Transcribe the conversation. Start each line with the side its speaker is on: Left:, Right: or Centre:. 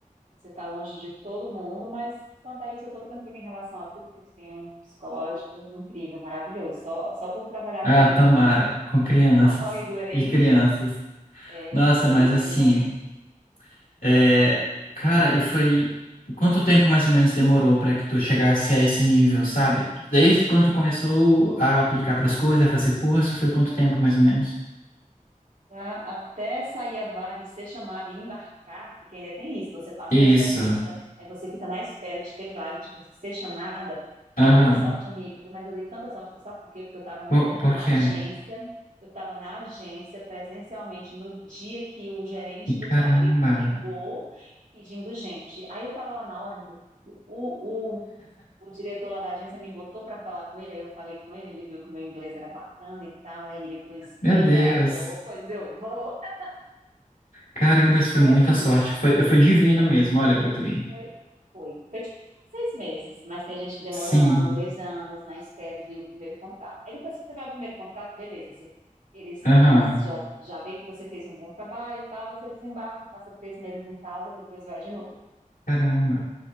Right: você está longe de todo mundo, mas quanto a isso, eu estou tranquila em relação a tu porque tu tem um psicológico incrível, maravilhoso. Só, só por trabalhar
Left: Ah,
Right: com,
Left: tomara,
Right: com
Left: com crianças
Right: hospital <laughs> e doentes,
Left: e crianças.
Right: é,
Left: Nossa,
Right: isso aí
Left: mas
Right: você
Left: assim,
Right: já
Left: é, cara, e foi quanto tempo mais ou menos demorou para que tu chegasse a esse nível, sabe? Desde quando tu começou a aplicar para as coisas, a fazer curso, foi quanto tempo mais ou menos?
Right: Pra- até sair a vaga e ser chamada e embarcar, porque ainda tem isso, você passa
Left: Isso.
Right: na entrevista, aí você fica na espera de ter vaga, de você ser chamada.
Left: Aham.
Right: Eu dei sorte, amigo, mas eu dei tanta sorte, tu sabe por quê? Porque eu estava na,
Left: Por, por
Right: na
Left: quê?
Right: agência, eu estava na agência presencialmente no dia que o gerente do
Left: Caramba.
Right: bar ligou pedindo gente. Aí eu estava lá na hora, meu filho, o diretor lá da agência me botou para falar com ele, aí eu falei com ele, ele viu que o meu inglês era bacana e tal, aí ele, pois
Left: Meu
Right: vem,
Left: Deus.
Right: aí eu, pois eu vou. <laughs>
Left: Caramba, isso foi
Right: Foi
Left: muita
Right: assim,
Left: sorte. Foi, foi divino
Right: é,
Left: mesmo, olha para tu ir.
Right: foi, foi, foi tipo seis meses, mas tem gente que demora
Left: Sim.
Right: um ano, dois anos na espera de o primeiro contrato. Aí depois que você vai ao primeiro contrato, beleza, você- eles,
Left: Aham.
Right: eles já, já vê que você fez um bom trabalho e tal, você desembarca, passa três meses em casa, depois vai de novo.
Left: Caramba.